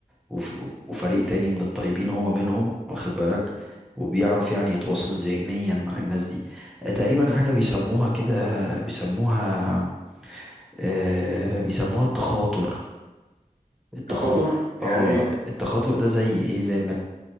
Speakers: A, in the centre; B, on the right (about 75°).
A: وف- وفريق تاني من الطيبين هو منهم واخد بالك وبيعرف يعني يتواصل ذهنيا مع الناس دي آه، تقريبا حاجة بيسموها كده بيسموها آه، بيسموها التخاطر التخاطر
B: تخاطر يعني
A: اه
B: ايه
A: التخاطر ده زي ايه زي انك